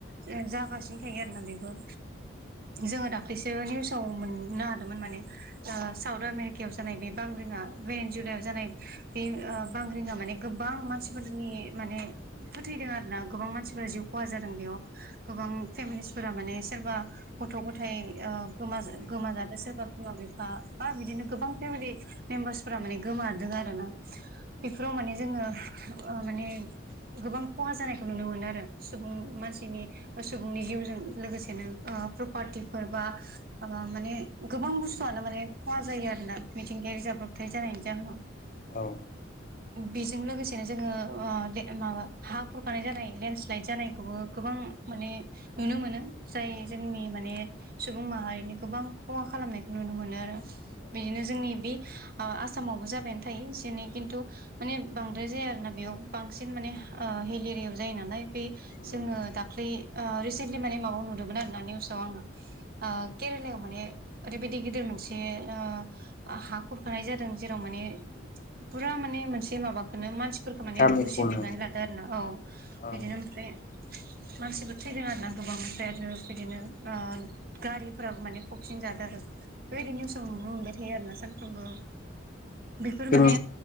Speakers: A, on the right; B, on the left.
A: जों जागासिनो थायो आरो ना बेबो। जोङो दाख्लैसो निउसाव मोननो हादोंमोन माने। साउथ आमेरिकायाव जानाय बे बांग्रिङा भेन जुलायाव जानाय बे बांग्रिङा माने गोबां मानसिफोरनि माने फोथैदों आरोना गोबां मानसिफोरा जिउ खहा जादों बेयाव गोबां फेमिलिसफोरा माने सोरबा गथ' गथायाइ गोमा गोमाजादों सोरबा बिमा बिफा बा बिदिनो गोबां फेमिलि मेम्बार्सफोरा माने गोमादों आरो ना बेफोराव माने जोङो माने गोबां खहा जानायखौ नुनो मोनो आरो सुबुं मानसिनि सुबुंनि जिउजों लोगोसेनो प्रपार्टिफोर बा माने गोबां बुस्थुआनो माने खहा जायो आरो ना मिथिंगायारि जाब्रबथाय जानायनि जाहोनाव।
B: औ। औ
A: बेजों लोगोसेनो जोङो माबा हा खुरखानाय जानाय लेणड स्लाइद जानायखौबो गोबां माने नुनो मोनो जाय जोंनि माने सुबुं माहारिनि गोबां खहा खालामनायखौ नुनो मोनो आरो। बिदिनो
B: औ
A: जोंनि बे आसामावबो जाबायानो थायो एसे एनै खिन्थु माने बांद्राय जाया आरो ना बेयाव बांसिन माने हिल एरियायाव जायो नालाय बे
B: नंगौ
A: जोङो दाख्लै रिसेन्टलि माने माबायाव नुदोंमोन आरोना निउसाव आङो केरेलायाव माने ओरैबायदि गिदिर मोनसेओ हा खुरखानाय जादों जेराव माने फुरा माने मोनसे माबाखौनो मानसि फोरख माने
B: गामिखौनो
A: होसिनजोबनानै लादो आरोना औ
B: ओं
A: बिदिनो ओमफ्राय मानसिबो थैदों आरो ना गोबां ओमफ्राय आरो बिदिनो ओ गारिफ्राबो माने पक्सिन जाद आरो। बेबायदि निउसाव नुनो मोनबाय थायो आरोना सानफ्रोमबो। बेफोर माने
B: ओ